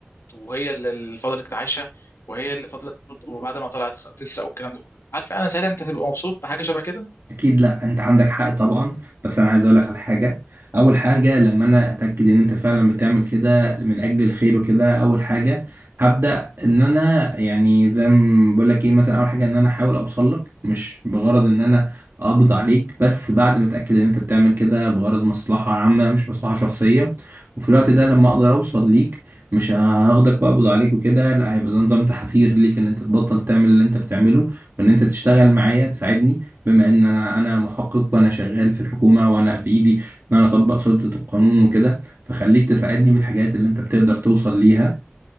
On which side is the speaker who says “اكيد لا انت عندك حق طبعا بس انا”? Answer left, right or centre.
Right